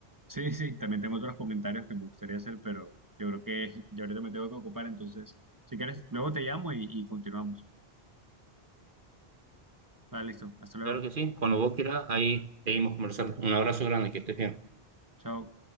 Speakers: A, on the right; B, on the right.
A: Sí, sí, también tengo otros comentarios que me gustaría hacer, pero yo creo que yo ahorita me tengo que ocupar, entonces, si quieres, luego te llamo y, y continuamos. Vale, listo. Hasta luego.
B: Claro que sí, cuando vos quieras, ahí seguimos conversando. Un abrazo grande, que estés bien.
A: Chao.